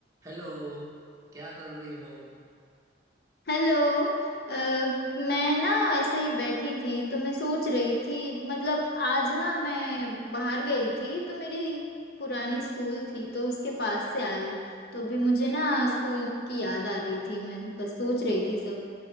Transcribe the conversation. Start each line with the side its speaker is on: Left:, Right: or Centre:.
Right: Hello क्या कर रही हो
Left: हेलो अ, मैं ना ऐसे ही बैठी थी तो मैं सोच रही थी मतलब आज ना मैं बाहर गई थी तो मेरी पुरानी स्कूल थी तो उसके पास से आई तो अभी मुझे ना स्कूल की याद आ रही थी मैं बस सोच रही थी सब